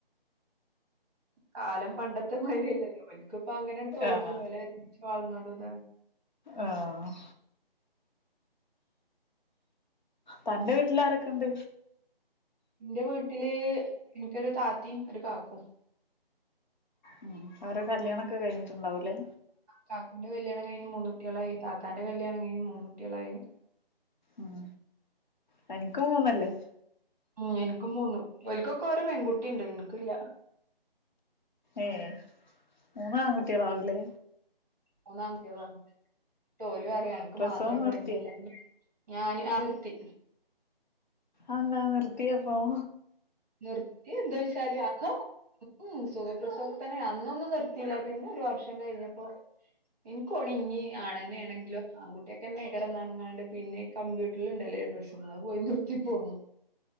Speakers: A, on the right; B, on the left.
A: കാലം പണ്ടത്തെ മതിരില്ലല്ലോ ലോലിക്കക്ക് ഇപ്പ അങ്ങനെയാണ് തോന്നൂ
B: ആഹ്
A: ലോല <unintelligible> വളർന്നടത്
B: ആഹ് തന്റെ വീട്ടിലാരൊക്കെണ്ട്
A: എന്റെ വീട്ടില് എനിക്കൊരു താത്തിയും ഒരു കാക്കും
B: ഉം അവരെ കല്യാണണംക്കെ കഴിഞ്ഞിട്ടുണ്ടാവല്ലേ
A: കാക്കുന്റെ കല്യാണം കഴിഞ്ഞ് മൂന്നുട്ടിയാളായി താത്താന്റെ കല്യാണം കഴിഞ്ഞ് മൂന്ന കുട്ടിയളായി
B: ഉം തനിക്കും തോന്നല്ലേ
A: ഉം എനിക്കും മൂന്നും ഒരിക്കക്കൊക്കെ ഓരോ പെൺകുട്ടിണ്ട് ഇനിക്കല്ല
B: ഏയ് മൂന്ന ആൺകുട്ടിയളാവില്ലേ
A: മൂന്നാം അങ്കിട്ടാളാണ് തോലും അറിയ അനക്ക്
B: പ്രസവം
A: മാത്രം
B: നിർത്തിയോ
A: പെണ്ണില്ലന്ന് ഞാാന് ആ നിർത്തി
B: അന്താ നിർത്തിയപ്പം
A: നിർത്തി എന്താ വെച്ചാല് അതോ ഉം സുഖപ്രസോക്തനെ അന്നൊന്നും നിർത്തില്ല പിന്നെ ഒരു വർഷം കഴിഞ്ഞപ്പോ എനിക്കോണ ഇനി ആണന്നെ ആണെങ്കിലോ ആൺകുട്ടിയൊക്കെ എന്നെക്കറ നറങ്ങാണ്ട് പിന്നെ കമ്പ്യൂട്ടറൽ ഉണ്ടല്ലേ ഒരു പ്രശ്നം അത് പോയി നിർത്തിപ്പോന്നു